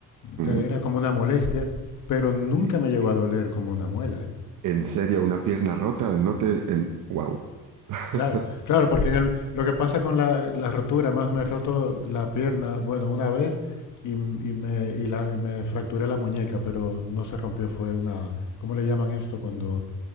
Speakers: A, on the right; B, on the left.
A: mm.
B: que era como una molestia, pero nunca
A: Y,
B: me llegó
A: y-
B: a doler como una muela. ¿eh?
A: en serio, una pierna rota, no te... En... Wow. <laughs>
B: Claro, claro, porque en el, lo que pasa con la, la rotura, más me he roto la pierna, bueno, una vez y, m- y me, y la- y me fracturé la muñeca, pero no se rompió, fue una, ¿cómo le llaman esto? Cuando,